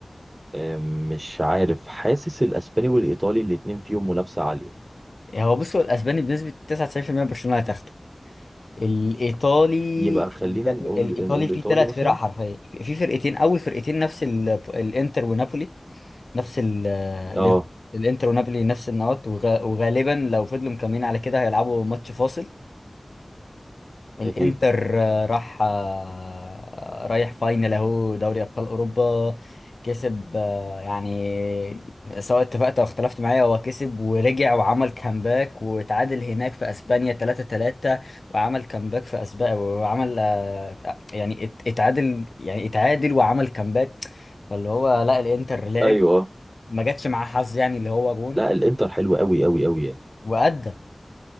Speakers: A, on the right; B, on the left.
A: أم، مش عارف حاسس الاسباني والايطالي الاتنين فيهم منافسه عاليه
B: هو بص هو الاسباني بنسبه 99% برشلونه هتاخده الايطالي
A: يبقى خلينا
B: الجاتو-
A: نقول
B: الايطالي
A: نقول الايطالي
B: فيه ثلاث
A: مثلا
B: فرق حرفيا في فرقتين اول فرقتين نفس ال... الانتر ونابولي نفس ال...
A: اه
B: مم. الانتر الإنتر ونابولي نفس النقط وغ... وغالبا لو فضلوا مكملين على كده هيلعبوا ماتش فاصل
A: اكيد
B: الانتر آه، راح آه، رايح فاينل اهو دوري ابطال اوروبا كسب آه، يعني سواء اتفقت او اختلفت معايا هو كسب ورجع وعمل كامباك وتعادل هناك في اسبانيا 3-3 وعمل كامباك في اسبانيا وعمل آه، يعني ات- اتعادل يعني اتعادل وعمل كامباك فاللي هو لا الانتر لعب
A: ايوه
B: ما جاتش معاه حظ يعني اللي هو جون
A: لا الانتر حلو قوي قوي قوي يعني
B: وأدى